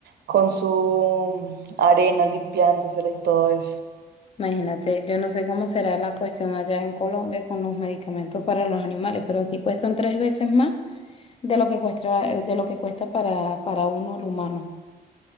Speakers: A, on the right; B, on the left.
A: con su mm, arena, limpiándosela y todo eso.
B: Imagínate, yo no sé cómo será la cuestión allá en Colombia con los medicamentos para los animales, pero aquí cuestan tres veces más de lo que cuesta, de lo que cuesta para, para uno el humano.